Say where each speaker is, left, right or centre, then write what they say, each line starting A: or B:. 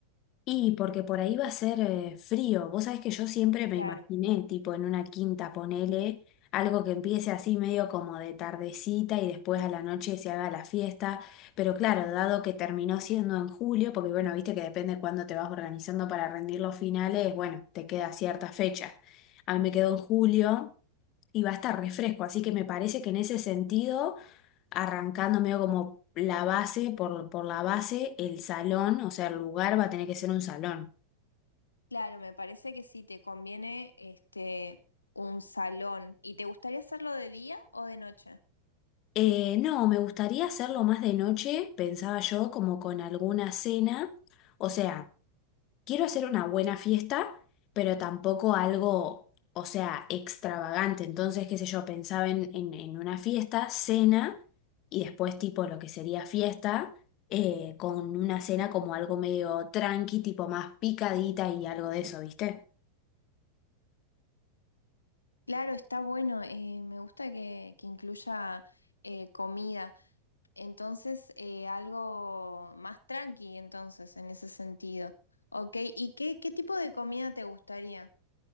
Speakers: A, on the left; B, on the left.
A: Y porque por ahí va a ser eh, frío. Vos sabés que yo siempre me
B: Claro,
A: imaginé, tipo en una quinta, ponele, algo que empiece así medio como de tardecita y después a la noche se haga la fiesta. Pero claro, dado que terminó siendo en julio, porque bueno, viste que depende cuándo te vas organizando para rendir los finales, bueno, te queda cierta fecha. A mí me quedó en julio y va a estar refresco. Así que me parece que en ese sentido, arrancando medio como la base, por, por la base, el salón, o sea, el lugar va a tener que ser un salón.
B: claro, me parece que sí, te conviene este, un salón. ¿Y te gustaría hacerlo de día o de noche?
A: Eh, no, me gustaría hacerlo más de noche, pensaba yo, como con alguna cena. O sea, quiero hacer una buena fiesta, pero tampoco algo, o sea, extravagante. Entonces, qué sé yo, pensaba en, en- en una fiesta, cena, y después tipo lo que sería fiesta, eh, con una cena como algo medio tranqui, tipo más picadita y algo de eso, ¿viste?
B: Claro, está bueno, eh, me gusta que, que incluya... eh, comida. Entonces, eh, algo más tranqui, entonces, en ese sentido. Ok, ¿y qué, qué tipo de comida te gustaría?